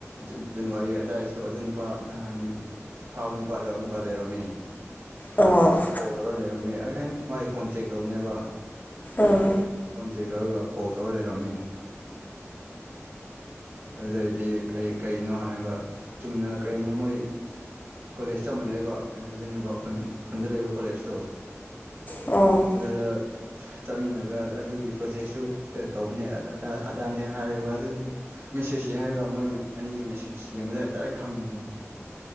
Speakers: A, on the right; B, on the left.
A: ꯖ ꯖꯅꯥꯋꯥꯔꯤ ꯑꯗꯥꯏꯁꯨ ꯑꯗꯨ ꯅꯨꯄꯥ ꯅꯍꯥꯟꯒꯤ ꯐꯥꯕ ꯅꯨꯄꯥꯗ ꯑꯃꯨꯛꯀ ꯂꯩꯔꯝꯃꯦ
B: ꯑꯣ
A: ꯀꯣꯜ ꯇꯧꯔ ꯂꯩꯔꯝꯃꯦ ꯑꯩ ꯑꯩꯅ ꯃꯥꯏ ꯐꯣꯟ ꯆꯦꯛ ꯇꯧꯕꯅꯦꯕ
B: ꯎꯝ
A: ꯐꯣꯟ ꯆꯦꯛ ꯇꯧꯔꯒ ꯀꯣꯜ ꯇꯧꯔ ꯂꯩꯔꯝꯃꯦ ꯑꯗꯨꯗꯩꯗꯤ ꯀꯩ ꯀꯩꯅꯣ ꯍꯥꯏꯔꯒ ꯆꯨꯝꯅ ꯀꯩꯅꯣ ꯃꯣꯏ ꯀꯣꯂꯦꯁ ꯆꯞ ꯃꯥꯟꯅꯩꯕ ꯀꯩꯅꯣꯗꯅꯦꯕ ꯈꯨꯟ ꯈꯨꯟꯗ ꯂꯩꯕ ꯀꯣꯂꯦꯁꯇꯣ
B: ꯑꯣ
A: ꯑꯗꯨꯗ ꯆꯠꯃꯤꯟꯅꯕ ꯑꯗꯨꯒꯤ ꯄ꯭ꯔꯣꯖꯦꯛꯁꯨ ꯇꯧꯕꯅꯦ ꯑꯗꯥ ꯑꯗꯥꯅꯦ ꯍꯥꯏꯔꯦꯕ ꯑꯗꯨꯁꯨ ꯃꯦꯁꯦꯁ ꯌꯦꯡꯉꯒ ꯃꯣꯏ ꯑꯅꯤꯒꯤ ꯃꯦꯁꯦꯁ ꯌꯦꯡꯕꯗ ꯗꯥꯥꯏꯔꯦꯛ ꯈꯪꯕꯉꯝꯃꯦ